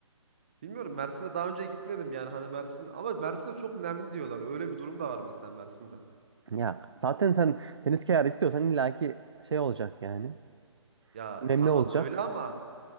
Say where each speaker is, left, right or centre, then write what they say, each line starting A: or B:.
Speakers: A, on the right; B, on the right.
A: Bilmiyorum Mersin'e daha önce gitmedim yani hani Mersin ama Mersin'de çok nemli diyorlar. Öyle bir durum da var mesela Mersin'de.
B: Ya zaten sen deniz kenarı istiyorsan illaki şey olacak yani.
A: Ya
B: Nemli
A: tamam
B: olacak.
A: öyle ama